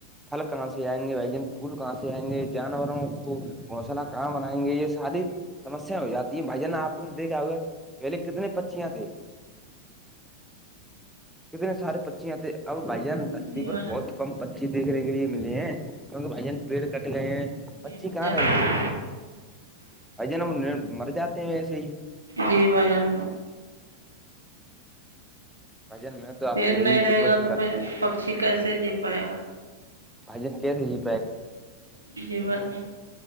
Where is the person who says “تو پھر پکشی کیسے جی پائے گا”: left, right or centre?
Right